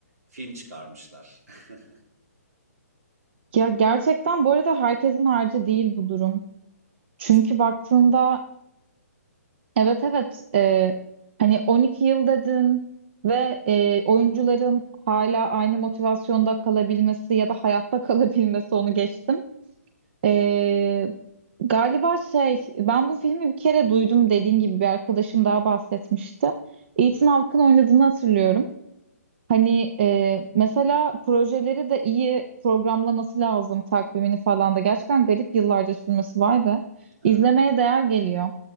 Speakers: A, on the right; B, on the right.
A: film çıkarmışlar. <laughs>
B: Ya gerçekten bu arada herkesin harcı değil bu durum.
A: Kesin.
B: Çünkü baktığında Evet evet Ee, hani 12 yıl dedin ve e, oyuncuların hala aynı motivasyonda kalabilmesi ya da hayatta <laughs> kalabilmesi onu geçtim. Ee, galiba şey ben bu filmi bir kere duydum dediğin gibi bir arkadaşım daha bahsetmişti. Ethan Hawke'ın oynadığını hatırlıyorum. Hani e, mesela projeleri de iyi programlaması lazım takvimini falan da. Gerçekten garip yıllarca sürmesi vay be.
A: Evet.
B: İzlemeye değer geliyor.